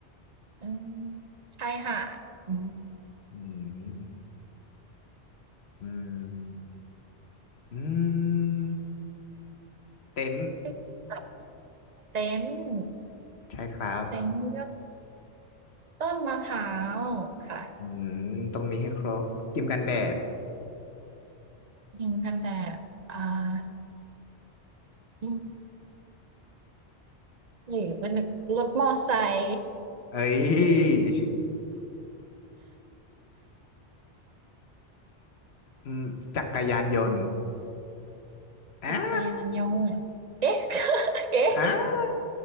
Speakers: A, on the right; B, on the left.
A: อืมชายหาดอืม
B: อืมอืมอืมเต็นท์
A: ที่แบบเต็นท์
B: ใช่ครับ
A: เต็นท์เลือกต้นมะพร้าวค่ะ
B: อืมต้องมีให้ครบครีมกันแดด
A: กิงกันแต่อ่าอืมหรือเป็นรถมอไซค์
B: เอ้ยอืมจักรยานยนต์อ่า
A: จักรยานยนต์เอ๊ะ <laughs> เอ๊ะ
B: อ่า